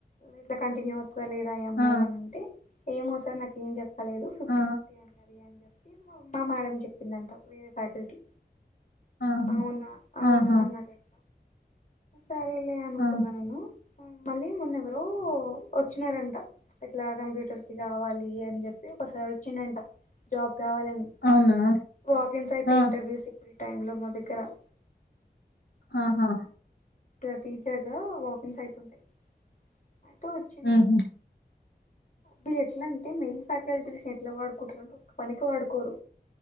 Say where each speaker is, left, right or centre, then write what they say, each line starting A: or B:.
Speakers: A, on the left; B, on the left.
A: ఇట్ల కంటిన్యూ అ అత్తదా లేదా ఈ అమ్మాయి
B: ఆ!
A: అని అంటే ఏమో సార్ నాకేం చెప్ ప్ప లేదు ఫిఫ్టీ
B: ఆ!
A: ఫిఫ్ అన్నది అని చెప్పి మా మేడం చెప్పిందంటా వేరే ఫ్యాకల్టీ
B: ఆహా!
A: అవునా అవునా
B: ఆహా!
A: నరేేశ సరేలే అనుకున్నా
B: ఆ!
A: నేను మళ్ళీ మొన్నెవరో వచ్చినారంట ఇట్లా కంప్యూటర్కి కావాలి అని చెప్పి ఒకసారి చిడంట జాబ్ కావాలని
B: అవునా?
A: వాకిన్స్ అయితే
B: ఆ!
A: ఇంటర్వ్యూస్ ఈ టైంలో మా దగ్గరా <inaudible>
B: ఆహా!
A: టీచర్గా వాకింగ్స్ అయితుంది. అయితే వచ్చినాడు
B: హుహు.
A: వీళ్ళు ఎట్లా అంటే మెయిల్ ఫ్యాకల్టీస్ని ఎట్ల వాడ్ కుంటరంటే ఒక్క పనికి వాడుకోరు.